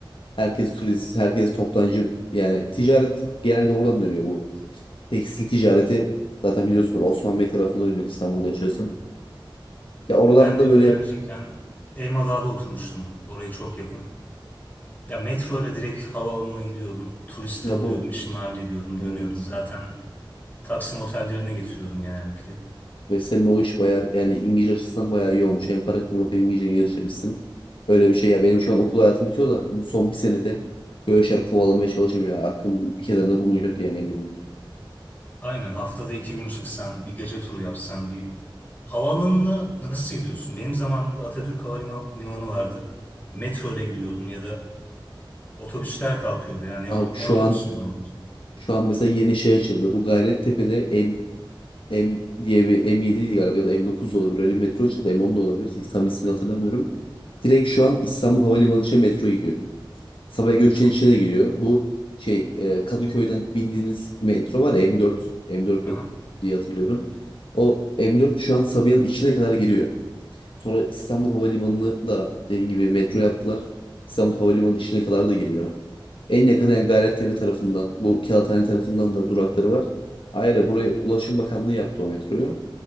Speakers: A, on the left; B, on the left.
A: Herkes turist, herkes toptancı. Yani ticaret genelde oradan dönüyor bu. Tekstil ticareti zaten
B: hmm.
A: biliyorsunuz Osman Bey tarafına dönüyor İstanbul'da yaşıyorsun. Ya oralarda
B: Ben
A: da
B: de
A: böyle
B: öğrenciyken Elmadağ'da oturmuştum. Oraya çok yakın. Ya metro ile direkt havaalanına gidiyordum. Turisti
A: ya
B: alıyordum,
A: bu
B: işimi hallediyordum,
A: Evet.
B: dönüyordum. Zaten Taksim otellerine getiriyordum genellikle.
A: Ve senin o iş bayağı yani İngilizce açısından bayağı iyi olmuş. Hem para kazanıp hem İngilizce geliştirmişsin. Öyle bir şey ya benim
B: Aynen.
A: şu an okul hayatım bitiyor da bu son bir senede böyle şeyler kovalamaya çalışayım ya. Aklım bir kenarda bulunacak yani eminim.
B: Aynen haftada iki gün çıksan, bir gece turu yapsan, bir havaalanını nasıl gidiyorsun? Benim zamanımda Atatürk Havalimanı vardı. Metro ile gidiyordum ya da otobüsler kalkıyordu. Yani ne,
A: Abi şu
B: ne otobüsüydü
A: an
B: onlar?
A: şu an mesela yeni şey açıldı. Bu Gayrettepe'de M M diye bir M7 ydi galiba ya da M9 da olabilir. Öyle bir metro açıldı. M10 da olabilir. Tam ismini hatırlamıyorum. Direkt şu an İstanbul Havalimanı için metro gidiyor. Sabiha Gökçen'in
B: O çok
A: içine
B: iyi.
A: de gidiyor. Bu şey e, Kadıköy'den bindiğiniz metro var ya, M4. M4
B: Aha.
A: o- diye hatırlıyorum. O M4 şu an Sabiha'nın içine kadar giriyor. Sonra İstanbul Havalimanı'nı da dediğim gibi metro yaptılar. İstanbul Havalimanı'nın içine kadar da giriyor. En yakını yani Gayrettepe tarafından, bu Kağıthane tarafından da durakları var. Ayrıca buraya Ulaşım Bakanlığı yaptı o metroyu.